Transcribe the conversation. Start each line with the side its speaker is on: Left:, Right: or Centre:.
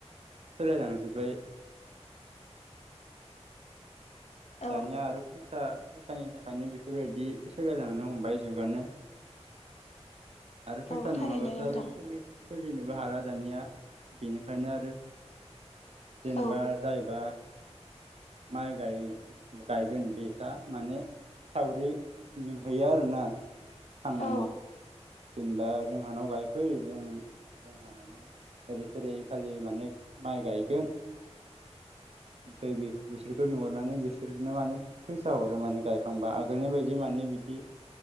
Right: सोलाय लांजोबबाय।
Left: औ
Right: दानिया आरो फैसा फैसानि थाखायनो बेफोर बायदि सोलायलांनो हमबाय जुगानो। आरो फैसा
Left: औ थारैनो
Right: नङाबाथ'
Left: नोंथां
Right: आरो सोलि सोलिनोबो हाला दानिया। बेनिखायनो आरो जेनेबा
Left: औ
Right: जायबा माय गाय गायगोन बेसा माने सावरि लिंहैयो आरोना। थांनानै
Left: औ
Right: जेनेबा जोंहानाव गाय फै जों जोंहा माने ओरै थोरै खालि माने माइ गायगोन। फै बि बिसोरखौ लिंहरनानै बिसोरनो माने फैसा हरो माने गायखांबा आगोलनि बायदि माने बिदि